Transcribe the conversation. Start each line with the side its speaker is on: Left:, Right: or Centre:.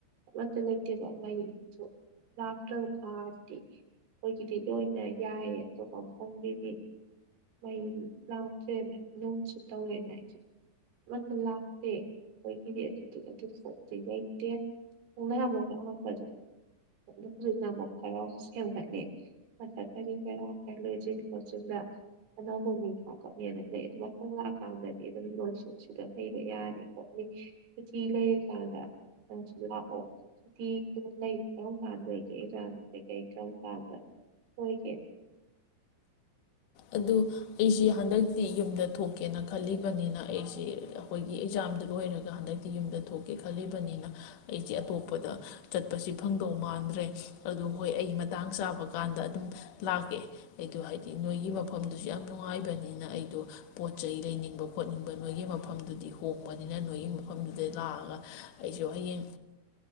Right: ꯑꯃꯠꯇ ꯂꯩꯇꯦꯕ ꯃꯩꯁꯨ ꯂꯥꯛꯇ꯭ꯔꯕ ꯐꯥꯔꯗꯤ ꯑꯩꯈꯣꯏꯒꯤꯗꯤ ꯂꯣꯏꯅ ꯌꯥꯏꯌꯦ ꯑꯇꯣꯞꯄ ꯃꯈꯐꯝꯒꯤꯗꯤ ꯃꯩ ꯂꯥꯛꯇ꯭ꯔꯦꯅ ꯅꯨꯡꯁꯨ ꯇꯧꯋꯦꯅ ꯑꯩꯒꯤꯗꯤ ꯑꯃꯠꯇ ꯂꯥꯛꯇꯦ ꯑꯩꯈꯣꯏꯒꯤꯗꯤ ꯑꯗꯨ ꯑꯗꯨꯑꯨꯝꯕꯗꯤ ꯂꯩꯇꯦ ꯅꯣꯡꯅ ꯑꯃꯨꯛ ꯑꯑꯝꯕ ꯑꯗꯨꯝ ꯐꯖꯅ ꯑꯃꯨꯛ ꯈꯔꯥꯎ ꯍꯦꯟꯒꯠꯂꯦ ꯃꯊꯛ ꯀꯔꯤ ꯀꯔ ꯈꯔ ꯂꯣꯏꯁꯤꯅꯤ ꯈꯣꯠꯆꯤꯟꯗ ꯑꯅꯧꯕ ꯃꯤ ꯍꯥꯀꯣꯠꯅꯤꯅ ꯂꯩ ꯑꯗꯨ ꯃꯐꯝ ꯂꯥꯛꯀꯥꯟꯗꯗꯤ ꯑꯗꯨꯝ ꯂꯣꯏꯁꯨ ꯁꯤꯗ ꯂꯩꯕ ꯌꯥꯅꯤ ꯈꯣꯠꯅꯤ ꯁꯨꯇꯤ ꯂꯩꯔꯀꯥꯟꯗ ꯅꯪꯁꯨ ꯂꯥꯛꯑꯣ ꯁꯨꯇꯤ ꯑꯗꯨꯝ ꯂꯩ ꯀꯥꯟꯗ ꯀꯝꯀꯥꯟ ꯂꯩꯒꯦ ꯑꯦꯛꯖꯥꯝ ꯀꯩꯀꯩ ꯀꯝꯀꯥꯟꯗ ꯑꯣꯏꯒꯦ꯫
Left: ꯑꯗꯨ ꯑꯩꯖꯦ ꯍꯟꯗꯛꯇꯤ ꯌꯨꯝꯗ ꯊꯣꯛꯀꯦꯅ ꯈꯜꯂꯤꯕꯅꯤꯅ ꯑꯩꯁꯤ ꯑꯩꯈꯣꯏꯒꯤ ꯑꯦꯛꯖꯥꯝꯗꯨ ꯂꯣꯏꯔꯒ ꯍꯟꯗꯛꯇꯤ ꯌꯨꯝꯗ ꯊꯣꯛꯀꯦ ꯈꯜꯂꯤꯕꯅꯤꯅ ꯑꯩꯖꯦ ꯑꯇꯣꯞꯄꯗ ꯆꯠꯄꯁꯤ ꯐꯪꯗꯧ ꯃꯥꯟꯗ꯭ꯔꯦ ꯑꯗꯨ ꯍꯣꯏ ꯑꯩ ꯃꯇꯥꯡ ꯆꯥꯕ ꯀꯥꯟꯗ ꯑꯗꯨꯝ ꯂꯥꯛꯀꯦ ꯑꯩꯗꯣ ꯍꯥꯏꯗꯤ ꯅꯣꯏꯒꯤ ꯃꯐꯝ ꯗꯨꯁꯨ ꯌꯥꯝ ꯅꯨꯡꯉꯥꯏꯕꯅꯤꯅ ꯑꯩꯗꯣ ꯄꯣꯠ ꯆꯩ ꯂꯩꯅꯤꯡꯕ ꯈꯣꯠꯅꯤꯡꯕ ꯅꯣꯏꯒꯤ ꯃꯐꯝꯗꯨꯗꯤ ꯍꯣꯡꯕꯅꯤꯅ ꯅꯣꯏꯒꯤ ꯃꯐꯝꯗꯨꯗ ꯂꯥꯛꯑꯒ ꯑꯩꯖꯨ ꯍꯌꯦꯡ